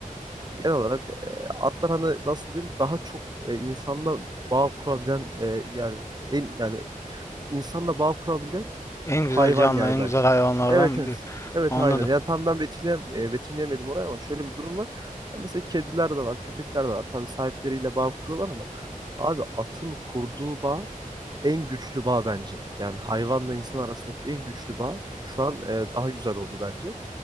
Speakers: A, on the right; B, on the left.
A: genel olarak e, atlar hani nasıl diyeyim daha çok e, insanla bağ kurabilen e, yani en yani insanla bağ kurabilen
B: En
A: Hayvan
B: güzel canlı,
A: yani
B: en
A: bence.
B: güzel hayvanlardan
A: Evet evet.
B: biri.
A: Evet
B: Anladım.
A: aynen. Yani tam ben betimleyem, e, betimleyemedim orayı ama şöyle bir durum var. Ya mesela kediler de var, köpekler de var. Tabii sahipleriyle bağ kuruyorlar ama abi atın kurduğu bağ en güçlü bağ bence. Yani hayvanla insan arasındaki en güçlü bağ şu an e, daha güzel oldu bence.